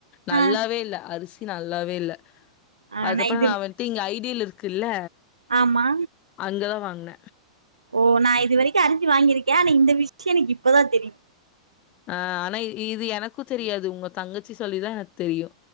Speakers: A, on the left; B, on the right.
A: நல்லாவே
B: ஆ
A: இல்ல அரிசி நல்லாவே இல்ல
B: ஆ
A: அதுக்கப்றோ
B: இது
A: நா வந்ட்டு இங்க ஐடீல் இருக்கல்ல
B: ஆமா
A: அங்கதா வாங்ன
B: ஓ நா இது வரைக்கு அரிசி வாங்கிருக்க ஆனா இந்த விஷ்யோ எனக்கு இப்பதா தெரியு
A: அ ஆனா இது எனக்கு தெரியாது உங்க தங்கச்சி சொல்லிதா எனக்கு தெரியு